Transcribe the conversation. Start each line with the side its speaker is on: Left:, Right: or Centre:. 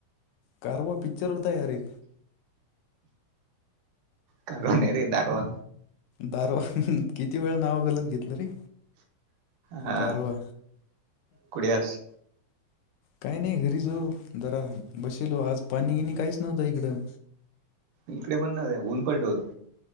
Left: करव पिक्चर होतर
Right: करू न रे दारवा
Left: दारवा किती वेळ नाव घालत घेतलं रे.
Right: हह
Left: गारवा
Right: कडयास.
Left: काय नाही घरी जाऊ जरा बसलो आज पाणी गिणी काहीच नव्हतं इकडं.
Right: इकडे पण ना ऊन पल्ट होत.